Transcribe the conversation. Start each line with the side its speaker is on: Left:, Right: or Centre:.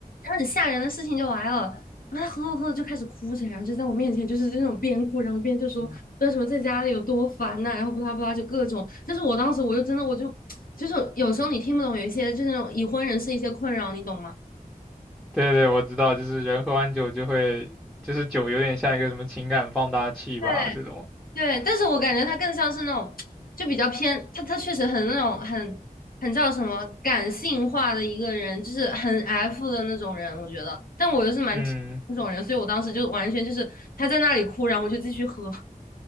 Left: 后很吓人的事情就来了，然后他喝着喝着就开始哭起来，然后就在我面前就是那种边哭，然后边就说那什么在家里有多烦呐、
Centre: <laughs>
Left: 然后不拉不拉就各种。但是我当时我就真的我就 <tsk> 就是有时候你听不懂有一些就是那种已婚人士一些困扰，你懂吗？
Centre: 对对，我知道，就是人喝完酒就会，就是酒有点像一个什么情感放大器吧，
Left: 对
Centre: 这种。
Left: 对，但是我感觉他更像是那种就比较偏，他他确实很那种很很叫什么感性化的一个人，就是很 F 的那种人，我觉得。但我又是蛮
Centre: 嗯，
Left: T 那种人，所以我当时就完全就是他在那里哭，然后我就继续喝。